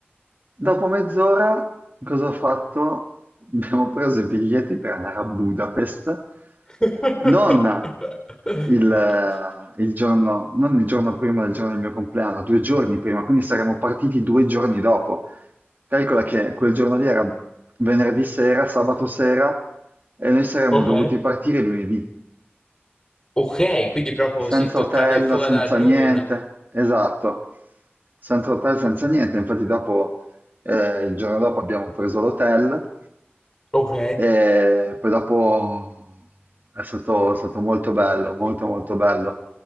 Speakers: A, on the right (about 50°); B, on the left (about 20°).
A: dopo mezz'ora cosa ho fatto? <laughs> Abbiamo preso i biglietti per andare a Budapest,
B: <laughs>
A: non il, il giorno, non il giorno prima del giorno del mio compleanno, due giorni prima, quindi saremmo partiti due giorni dopo. Calcola che quel giorno lì era venerdì sera, sabato sera, e noi saremmo
B: Ok,
A: dovuti partire lunedì.
B: ok, quindi proprio
A: Senza
B: così toccata
A: hotel,
B: e fuoco
A: senza
B: dal nulla.
A: niente, esatto, senza hotel, senza niente. Infatti dopo, eh, il giorno dopo abbiamo preso l'hotel
B: Ok.
A: e poi dopo è stato, è stato molto bello, molto molto bello.